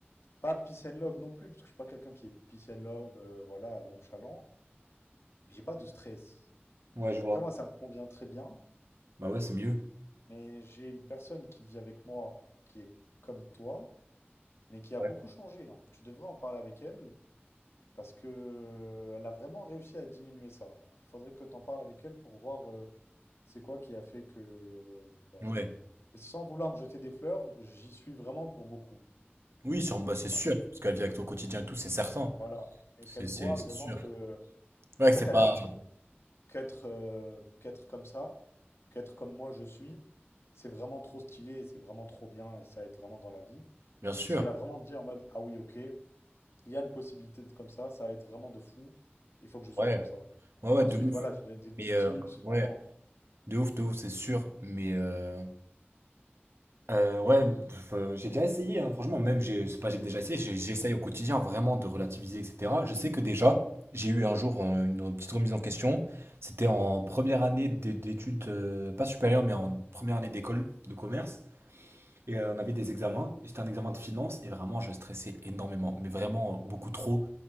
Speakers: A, on the left (about 90°); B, on the right (about 75°).
A: Pas peace and love non plus, parce que je suis pas quelqu'un qui est peace and love, euh, voilà, nonchalant. J'ai pas de stress.
B: Ouais, je vois.
A: Après, moi, ça me convient très bien.
B: Bah ouais, c'est mieux.
A: Mais j'ai une personne qui vit avec moi, qui est comme toi, mais qui a
B: Ouais.
A: beaucoup changé. hein. Tu devrais en parler avec elle, parce que euh, elle a vraiment réussi à diminuer ça. Il faudrait que tu en parles avec elle pour voir euh, c'est quoi qui a fait que... euh, voilà.
B: Ouais.
A: Et sans vouloir me jeter des fleurs, j'y suis vraiment pour beaucoup.
B: Oui, sur- bah, c'est sûr,
A: Parce que,
B: parce que la vie avec toi au quotidien et tout, c'est certain.
A: voilà. Et
B: C'est
A: qu'elle voit
B: c'est- c'est
A: vraiment
B: sûr.
A: que...
B: Ouais,
A: En
B: que
A: fait,
B: c'est
A: elle
B: pas...
A: a vu qu'être euh, qu'être comme ça, qu'être comme moi je suis, c'est vraiment trop stylé, c'est vraiment trop bien et ça aide vraiment dans la vie.
B: Bien sûr.
A: Et cela vraiment te dire en mode, ah oui, ok, il y a une possibilité de comme ça, ça va être vraiment de fou, il faut que je sois
B: Ouais,
A: comme ça.
B: ouais, ouais,
A: Et ensuite,
B: de ouf.
A: voilà, je donne des petits
B: Mais
A: tips,
B: euh,
A: vraiment.
B: ouais, de ouf, de ouf, c'est sûr. Mais euh, euh, ouais, pff, euh, j'ai déjà essayé, hein. Franchement, même, j'ai, c'est pas, j'ai déjà essayé, j'ai- j'essaye au quotidien vraiment de relativiser, etc. Je sais que déjà, j'ai eu un jour euh, une petite remise en question. C'était en première année d'é- d'études, euh, pas supérieures, mais en première année d'école de commerce. Et euh, on avait des examens, et c'était un examen de finance, et vraiment, je stressais énormément, mais vraiment euh, beaucoup trop.